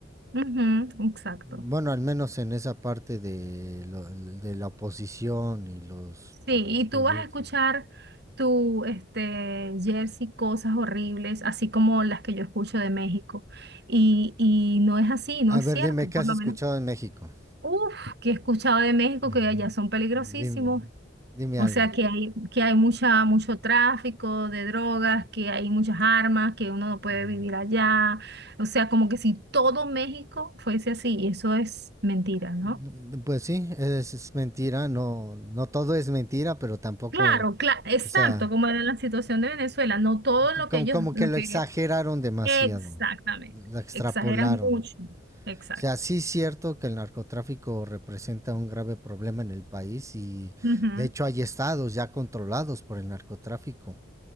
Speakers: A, on the right (about 55°); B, on the right (about 15°).
A: Ujú, exacto.
B: Bueno, al menos en esa parte de, lo- de la oposición y los
A: Sí,
B: partidismos.
A: y tú vas a escuchar tu, este, Jersey, cosas horribles, así como las que yo escucho de México. Y, y no es así, no
B: A
A: es
B: ver,
A: cierto,
B: dime, ¿qué
A: por
B: has
A: lo
B: escuchado
A: menos.
B: en México?
A: Uf, que he escuchado de México
B: Ujú.
A: que allá son peligrosísimos.
B: Dime, dime
A: O
B: algo.
A: sea que hay, que hay mucha, mucho tráfico de drogas, que hay muchas armas, que uno no puede
B: Ujú.
A: vivir allá. O sea, como que si todo México fuese así, y eso es mentira, ¿no?
B: Mm, Pues sí, es, es mentira, no, no todo es mentira, pero tampoco,
A: Claro, claro, exacto,
B: o sea,
A: como era la situación de Venezuela, no todo
B: que
A: lo
B: como,
A: que ellos,
B: como
A: lo
B: que lo
A: que...
B: exageraron demasiado,
A: Exactamente,
B: lo extrapolaron.
A: exageran mucho, exacto.
B: O sea, sí es cierto que el narcotráfico representa un grave problema en el país y
A: Ujú,
B: de hecho hay estados ya controlados por el narcotráfico,